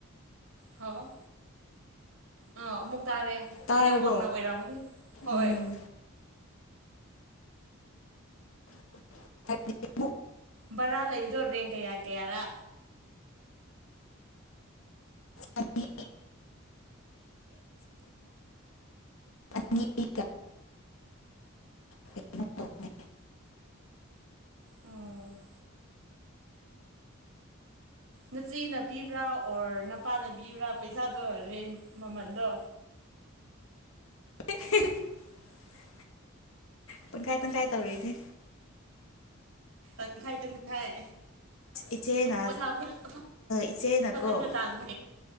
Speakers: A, on the right; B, on the left.
A: ꯍꯥꯎ ꯑ ꯇꯥꯔꯦ
B: ꯇꯥꯔꯕꯣ
A: ꯅꯅꯤꯋꯡꯅ ꯑꯣꯏꯔꯝꯒꯅꯤ ꯍꯣꯏ
B: ꯎꯝ <unintelligible>
A: ꯕꯔꯥ ꯂꯩꯕꯗꯣ ꯔꯦꯟ ꯀꯌꯥ ꯀꯌꯥꯔꯥ
B: ꯑꯅꯤ ꯂꯤ ꯑꯅꯤꯒ ꯀꯩꯅꯣ ꯇꯧꯕ
A: ꯎꯝ ꯅꯆꯦꯅ ꯄꯤꯕ꯭ꯔꯥ ꯑꯣꯔ ꯅꯄꯥꯅ ꯄꯤꯕ꯭ꯔꯥ ꯄꯩꯁꯥꯗꯣ ꯔꯦꯟ ꯃꯃꯟꯗꯣ
B: <unintelligible> ꯄ ꯀꯥꯏ ꯄ ꯀꯥꯏ ꯇꯧꯔꯔꯤꯗꯤ
A: ꯑꯪ ꯈꯥꯏ ꯇ ꯈꯥꯏ
B: ꯏꯆꯦꯅ
A: ꯄꯊ ꯐ
B: ꯏꯆꯦꯅꯀꯣ
A: ꯍꯖ ꯇꯥꯡꯒꯦ